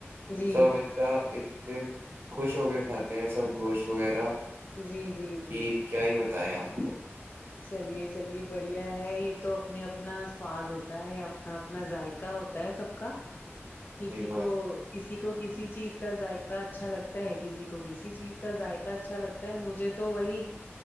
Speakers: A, on the left; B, on the right.
A: جی
B: سب ت انے خوش ہو کے کھاتے ہیں سب گوشت وغیرہ
A: جی جی جی
B: کہ کیا ہی بتیں آپ کو
A: چلیے چلیے بڑھیا ہے یہ تو اپنے اپنا سواد ہوتا ہے اپنا اپنا ذائقہ ہوتا تا ہے سب کا کسی
B: صحیح بات
A: کو
B: ہے
A: کسی کو کسی چیز کا ذائقہ اچھا لگتا ہے کسی کو کسی چیز کا ذائقہ اچھا لگتا مجھے تو وہی